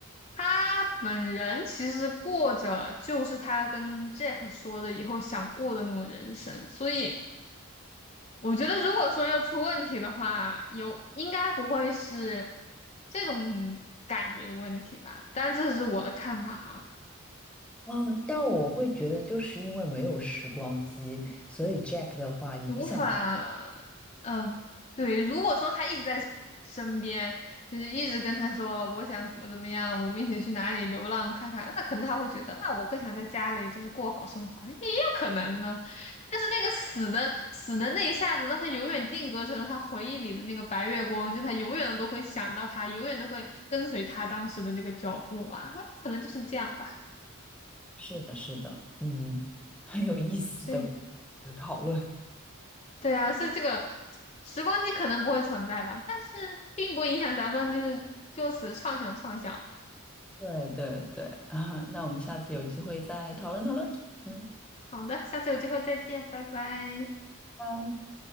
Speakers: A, on the left (about 30°); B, in the centre.
A: 他本人其实过着就是他跟 Jack 说的以后想过的那种人生，所以我觉得如果说要出问题的话，有应该不会是这种感觉的问题吧，但这是我的看法哈。
B: 嗯，但我会觉得，就是因为没有时光机，所以 Jack 的话影响了他。
A: 无法，嗯、对，如果说他一直在身边，就是一直跟他说我想怎么怎么样，我们一起去哪里流浪看看，那可能他会觉得，那我更想在家里就是过好生活，也有可能呢。但是那个死的死的那一下子，让他永远定格成了他回忆里的那个白月光，就他永远都会想到他，永远都会跟随他当时的那个脚步啊，可能就是这样吧。
B: 是的，是的，嗯，很有意思的
A: 所以
B: 讨论。
A: 对啊，所以这个时光机可能不会存在吧，但是并不影响咱们就是就此畅想畅想。
B: 对对对啊，<laughs> 那我们下次有机会再讨论讨论。嗯，
A: 好的，下次有机会再见，拜拜。
B: 拜。